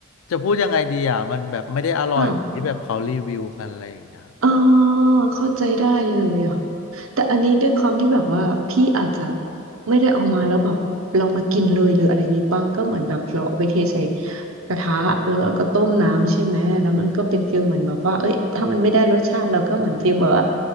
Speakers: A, on the left (about 80°); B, on the right (about 85°).
A: จะพูดยังไงดีอ่ะมันแบบไม่ได้อร่อยแบบที่แบบเขารีวิวกันอะไรอย่างเงี้ย
B: ค่ะ เออเข้าใจได้เลยอ่ะแต่อันนี้ด้วยความที่แบบว่าพี่อาจจะไม่ได้เอามาแล้วแบบเราไปกินเลยหรืออะไรอย่างงี้ป่ะก็เหมือนแบบเราเอาไปเทใส่กระทะแล้วเราก็ต้มน้ำใช่ไหมแล้วมันก็เป็นฟิลเหมือนแบบว่าเอ้ยถ้ามันไม่ได้รสชาติเราก็เหมือนฟิลแบบว่า